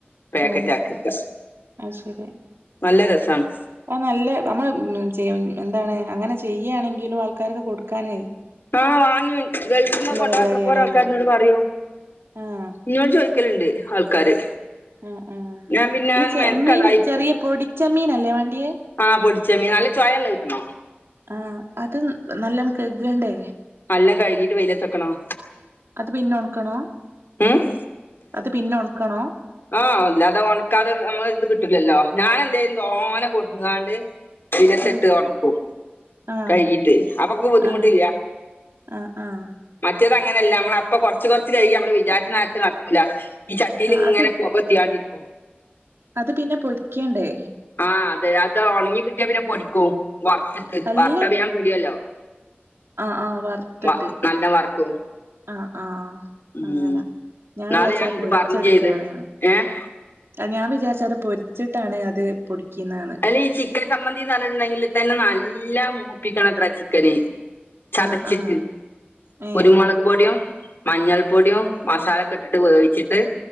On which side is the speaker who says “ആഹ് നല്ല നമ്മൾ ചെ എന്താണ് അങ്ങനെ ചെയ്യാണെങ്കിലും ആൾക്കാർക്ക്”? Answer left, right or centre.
Right